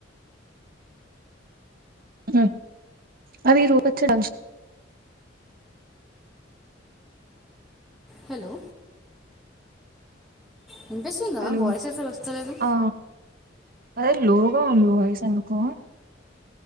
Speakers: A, on the right; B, in the centre.
A: ఊ అవి రూప <unintelligible>
B: హలో వినిపిస్తుందా
A: దంచుతాలు
B: వాయిస్ అసలు వస్తలేదు
A: ఆ అదే లోగా ఉంద వాయిస్ అంతా